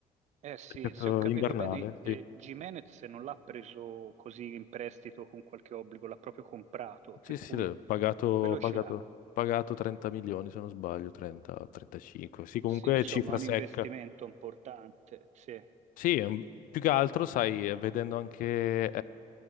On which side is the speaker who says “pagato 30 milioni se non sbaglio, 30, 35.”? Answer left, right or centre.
Left